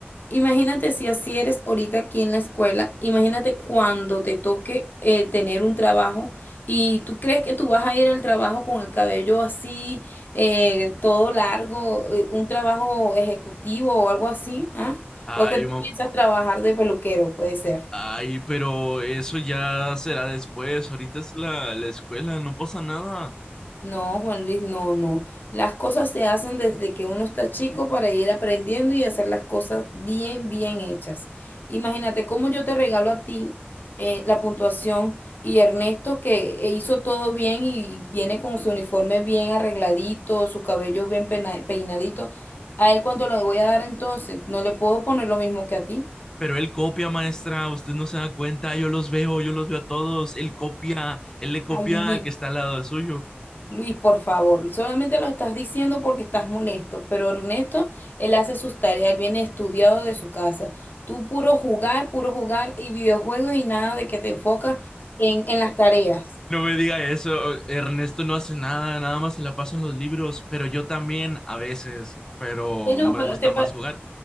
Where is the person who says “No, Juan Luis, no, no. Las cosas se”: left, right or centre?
Left